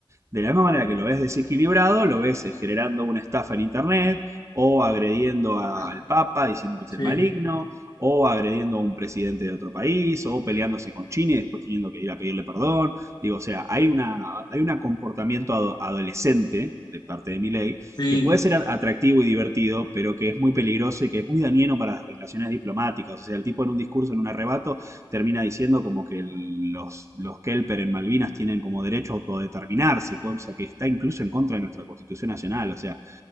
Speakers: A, on the right; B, on the left.
A: de la misma manera que lo ves desequilibrado, lo ves eh, generando una estafa en Internet o agrediendo al
B: Mm.
A: Papa diciendo que es
B: Sí,
A: el maligno o agrediendo a un presidente de otro país o peleándose con China y después teniendo que ir a pedirle perdón. Digo, o sea, hay una, hay un comportamiento ado- adolescente de parte de Milei
B: sí,
A: que puede ser a- atractivo y divertido, pero que es muy peligroso y que es muy dañino para las relaciones diplomáticas. O sea, el tipo en un discurso, en un arrebato, termina diciendo como que los, los Kelper en Malvinas tienen como derecho a autodeterminarse, cosa que está incluso en contra de nuestra Constitución Nacional. O sea,